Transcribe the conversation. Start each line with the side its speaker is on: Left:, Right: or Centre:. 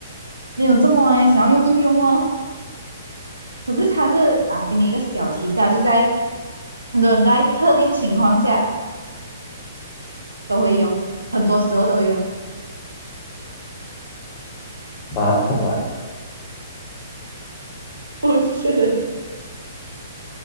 Right: 没有这么哎，想要用就用哦。可是它是啊，给你一个小提示啊，就在很多人在特定情况下都会用，很多时候都会用。
Left: 马桶啊。
Right: 不是，